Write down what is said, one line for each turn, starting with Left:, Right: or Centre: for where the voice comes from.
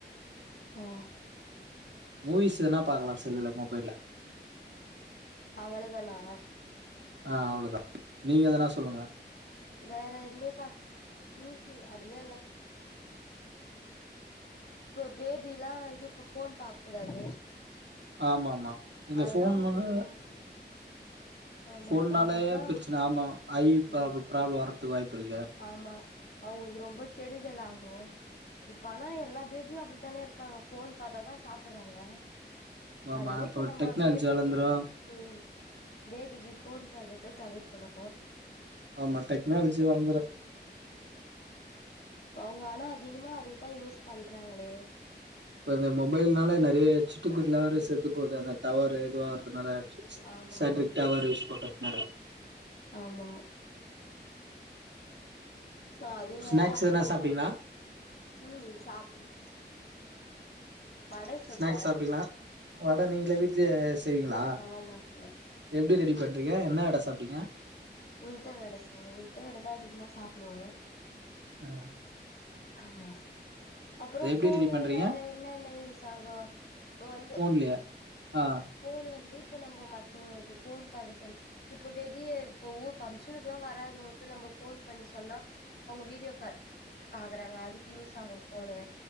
Left: காஹ்
Right: மூவிஸ் எதனா பாக்கலா செல்லுல மொபைல்ல
Left: அவ்ளதானா
Right: ஆஹ் அவ்ளோதா நீங்க எதனா சொல்லுங்கள
Left: வேற எதுமேப்ப உஹும் அப்டிலா இல்ல இப்ப பேபிலா இது இப்ப ஃபோன் பாக் கூடாது
Right: ஆமா ஆமா இந்த
Left: அதெல்லா
Right: ஃபோன்
Left: உங்களுக்கு
Right: வந்து
Left: ரொம்ப ஆமா
Right: ஃபோனாலே
Left: இப்ப அவங்களுக்குல்லா
Right: பிரச்சுன ஆமா ஐ ப்ராப்
Left: ம்
Right: ப்ராப்ளம் வறதுக்கு வாய்ப்பு இருக்கு
Left: ஆமா அவுங்களுக்கு ரொம்ப கெடுதல் ஆகு இப்ப ஆனா எல்லா பேபியு அப்டிதானே இருக்காங்க ஃபோன் பாத்தாதா சாப்பட்றாங்க அதனால
Right: ஆமா
Left: இப்ப நம்ப
Right: டெக்னாலஜி
Left: பேபி
Right: வளந்துரு
Left: க்கு ம் பேபிக்கு ஃபோன் பண்றத தவிர்க்கணு
Right: ஆமா டெக்னாலஜி வள
Left: அவுங்க ஆனா அதிகமா அததா யூஸ் பண்றாங்களே
Right: இப்ப இந்த மொபைல்னால நெறைய சிட்டுகுருவி லா வேற செத்து போது அந்த டவர் இதுவாகறதுனால
Left: ஆமா
Right: சாட்ரிக்
Left: ஆமா
Right: டவர் யூஸ் பண்றத்னால
Left: ஆமா அது வேற
Right: ஸ்நாக்ஸ்
Left: அப்றோ
Right: எதனா சாப்ட்டீங்களா
Left: உம் சாப்பிட்ருக்க வட சுட்ட
Right: ஸ்நாக்ஸ் சாப்ட்டீங்களா வட நீங்ளே வீட்லயே செய்விங்களா
Left: ஆமா சார்
Right: எப்டி ரெடி பண்ற ங்க என்ன அட சாப்டிங்க
Left: உள்த வட செஞ்சே உள்த வட தா அதிகமா சாப்டுவோ
Right: உம்
Left: ஆமா <unintelligible> அப்பறோ
Right: எப்டி
Left: ஃபோனு
Right: ரெடி பண்றீங்க
Left: வேற என்னென்ன யூஸ் ஆகு இப்போ வந்து
Right: ஃபோன்லயா ஆ
Left: ஃபோன் வந்து இப்ப நம்ப மத்தவங்களுக்கு ஃபோன் பண்றது இப்ப வெடிய இப்ப ஊர் பம்ஷனுக்குல்லா வரா அது உங்களுக்கு நம்ம ஃபோன் பண்ணி சொன்னா அவுங்க வீடியோ கால் ஆகறாங்க அதுக்கு யூஸ் ஆகு ஃபோனு